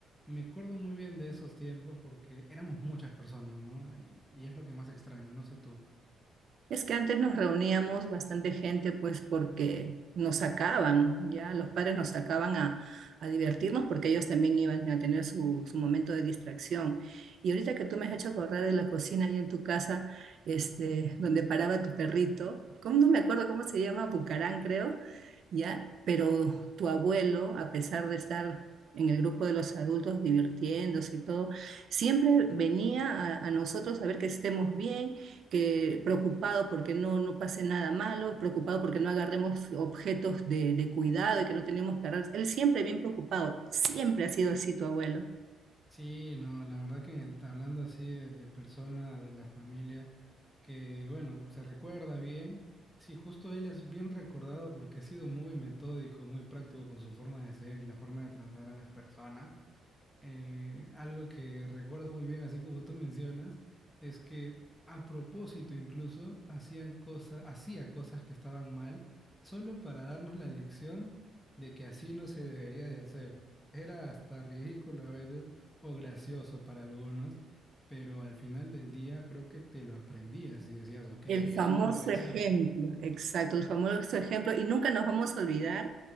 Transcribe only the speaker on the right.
Es que antes nos reuníamos bastante gente, pues porque nos sacaban, ya los padres nos sacaban a, a divertirnos porque ellos también iban a tener su, su momento de distracción. Y ahorita que tú me has hecho acordar de la cocina ahí en tu casa, este, donde paraba tu perrito, ¿cómo no me acuerdo cómo se llama? Bucarán, creo, ya, pero tu abuelo, a pesar de estar en el grupo de los adultos divirtiéndose y todo, siempre venía a, a nosotros a ver que estemos bien que preocupado porque no, no pase nada malo, preocupado porque no agarremos objetos de, de cuidado y que no tenemos que agarrar. Él siempre bien preocupado, siempre ha sido así tu abuelo.
El famoso
ejemplo, exacto, el famoso ejemplo, y nunca nos vamos a olvidar,